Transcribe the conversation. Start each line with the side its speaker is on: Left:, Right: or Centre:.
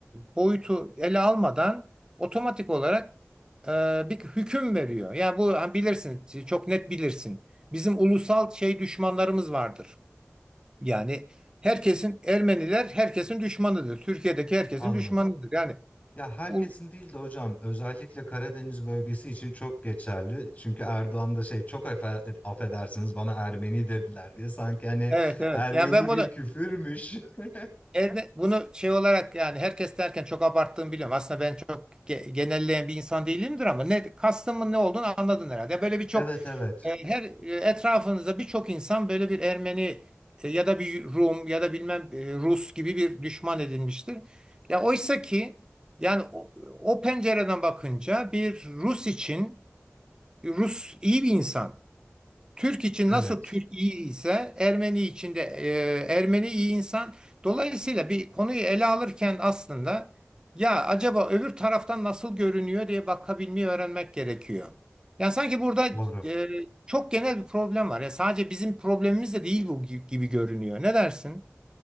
Right: boyutu ele almadan otomatik olarak e, bir hüküm veriyor. Ya bu ha, bilirsin, çok net bilirsin. Bizim ulusal şey düşmanlarımız vardır. Yani herkesin Ermeniler herkesin düşmanıdır. Türkiye'deki herkesin
Left: anladım.
Right: düşmanıdır. Yani
Left: Ya herkesin
Right: ul-
Left: değil de hocam özellikle Karadeniz bölgesi için çok geçerli. Çünkü Erdoğan da şey çok afe- affedersiniz bana Ermeni dediler diye sanki hani
Right: evet evet.
Left: Ermeni
Right: Yani ben bunu
Left: bir küfürmüş. <laughs>
Right: Evet, bunu şey olarak yani herkes derken çok abarttığımı biliyorum. Aslında ben çok ge- genelleyen bir insan değilimdir ama ne kastımın ne olduğunu anladın herhalde. Böyle birçok
Left: Evet evet
Right: e, her e, etrafınızda birçok insan böyle bir Ermeni e, ya da bir Rum ya da bilmem e, Rus gibi bir düşman edinmiştir. Ya oysa ki yani o, o pencereden bakınca bir Rus için Rus iyi bir insan. Türk için
Left: evet
Right: nasıl Türk iyi ise Ermeni için de e, Ermeni iyi insan. Dolayısıyla bir konuyu ele alırken aslında ya acaba öbür taraftan nasıl görünüyor diye bakabilmeyi öğrenmek gerekiyor. Yani sanki burada
Left: doğru.
Right: e, çok genel bir problem var. Ya sadece bizim problemimiz de değil bu gi- gibi görünüyor. Ne dersin?